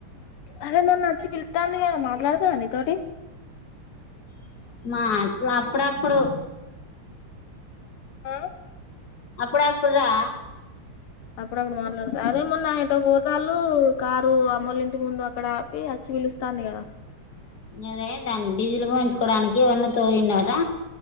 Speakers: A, on the left; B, on the left.
A: అదే మొన్న అచ్చి పిలుతాంది కదా మాట్లాడతాంద నీ తోటి
B: ఆ అట్లా అప్పుడప్పుడు
A: ఆ
B: అప్పుడప్పుడురా
A: అప్పుడప్పుడు మాట్లాడుత అదేమొన్న ఎటో పోతాళ్ళు కారు అమ్మోల ఇంటి ముందు అక్కడ ఆపి వచ్చి పిలుస్తాంది కదా
B: అదే దాన్ని డీజిల్ పోయించుకోవడానికి ఎవన్న తోగిండట